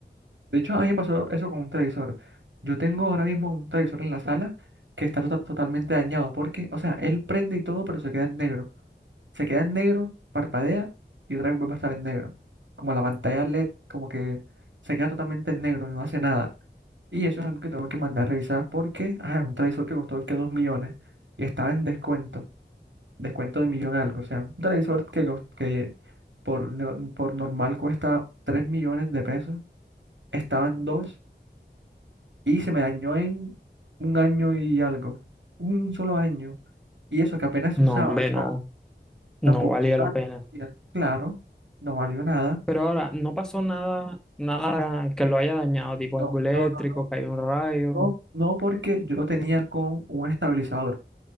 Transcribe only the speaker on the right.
De hecho, a mí me pasó eso con un televisor. Yo tengo ahora mismo un televisor en la sala que está tota- totalmente dañado porque, o sea, él prende y todo, pero se queda en negro. Se queda en negro, parpadea y otra vez vuelve a estar en negro. Como la pantalla LED, como que se queda totalmente en negro, no hace nada. Y eso es algo que tengo que mandar a revisar porque, ah, es un televisor que costó que 2 millones y estaba en descuento, descuento de millón algo. O sea, un televisor que, cos- que por, no- por normal cuesta 3 millones de pesos, estaban dos y se me dañó en un año y algo. Un solo año. Y eso que apenas se
usaba.
O sea,
tampoco
se usaba.
todo
el día. Claro, no valió nada.
No,
no, no,
no, no porque yo lo tenía con un estabilizador.